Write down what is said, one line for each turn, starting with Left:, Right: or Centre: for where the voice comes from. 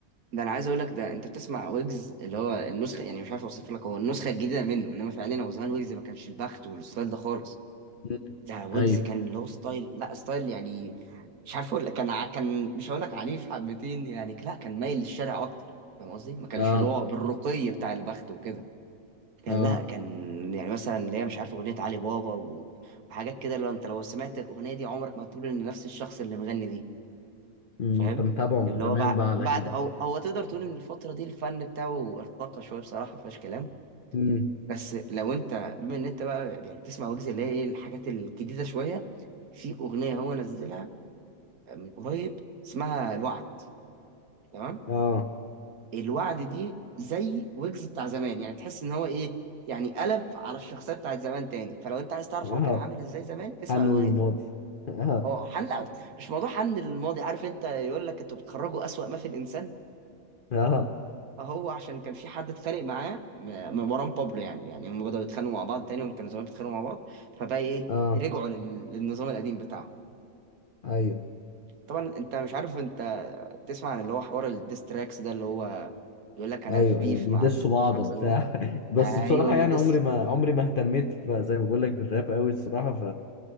Right: ده انا عايز اقول لك ده انت بتسمع ويجز اللي هو النسخه يعني مش عارف اوصف لك هو النسخه الجديده منه انما فعليا هو زمان ويجز ما كانش البخت والستايل ده خالص
Left: مم.
Right: ده ويجز
Left: ايوه
Right: كان له ستايل لا ستايل يعني مش عارف اقول لك كان ع- كان مش هقول لك عنيف حبتين يعني لا كان مايل للشارع اكتر فاهم قصدي ما كانش
Left: اه
Right: اللي هو بالرقي بتاع البخت وكده كان
Left: اه
Right: لا كان يعني مثلا اللي هي مش عارف اغنيه علي بابا و- وحاجات كده لو انت لو سمعت الاغنيه دي عمرك ما تقول ان نفس الشخص اللي مغني دي
Left: أمم،
Right: فاهم
Left: انت متابعه من
Right: اللي
Left: زمان
Right: هو بعد
Left: بقى على
Right: بعد
Left: كده
Right: او هو تقدر تقول ان الفتره دي الفن بتاعه ارتقى شويه بصراحه ما فيهاش كلام
Left: أمم،
Right: بس لو انت بما ان انت بقى يعني بتسمع ويجز اللي هي ايه الحاجات الجديده شويه في اغنيه هو نزلها من قريب اسمها الوعد تمام
Left: اه
Right: الوعد دي زي ويجز بتاع زمان يعني تحس ان هو ايه يعني قلب على الشخصيه بتاعت زمان تاني فلو انت عايز تعرف
Left: اه
Right: هو كان عامل ازاي زمان اسمع
Left: عن
Right: الاغنيه
Left: الماضي
Right: دي
Left: اه
Right: اه حن لا، مش موضوع حن للماضي عارف انت يقول لك انتوا بتخرجوا اسوأ ما في الانسان
Left: اه
Right: هو عشان كان في حد اتخانق معاه م- من مروان بابلو يعني يعني هم بدأوا يتخانقوا مع بعض تاني هم كانوا زمان بيتخانقوا مع بعض فبقى ايه
Left: اه
Right: رجعوا لل- للنظام القديم بتاعهم
Left: ايوه
Right: طبعا انت مش عارف انت تسمع عن اللي هو حوار الديستراكس ده اللي هو يقول لك انا
Left: ايوه
Right: في بيف
Left: ايوه بيدسوا
Right: مع الشخص
Left: بعض وبتاع
Right: ده
Left: <laughs> بس
Right: ايوه
Left: بصراحه
Right: بيدس
Left: يعني عمري ما عمري ما اهتميت ب- زي ما بقول لك بالراب قوي الصراحه ف